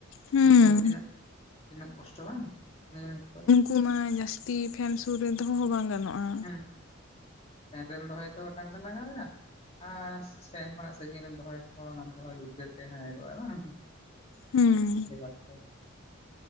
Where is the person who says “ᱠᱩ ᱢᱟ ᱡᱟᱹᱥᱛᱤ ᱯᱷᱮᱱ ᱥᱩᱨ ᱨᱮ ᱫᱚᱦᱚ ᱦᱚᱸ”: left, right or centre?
Left